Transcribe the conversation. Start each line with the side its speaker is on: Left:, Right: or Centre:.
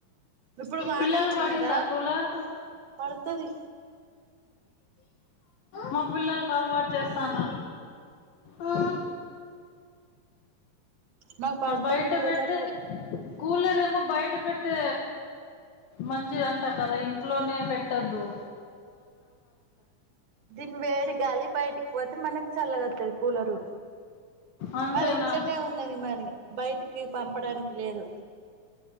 Right: ఇప్పుడు వాన
Left: పిల్లలకి
Right: వచ్చింది
Left: పడిందా
Right: కదా
Left: కూలర్
Right: పడుతది
Left: మా పిల్లలకి అలవాటు చేస్తన్న ఆ
Right: మాకు పడతది
Left: బయట
Right: పిల్లలకు
Left: పెడితే కూలర్ ఏమో బయట పెడితే మంచిదంట కదా ఇంట్లోనే పెట్టద్దు
Right: దిన్ వేడి గాలి బయ్ బయటికి పోతే మనకి చల్లగత్తది పూలరు
Left: అంతేనా
Right: మాది ఇంట్లోనే ఉన్నది మరి బయటికి పంపడానికి లేదు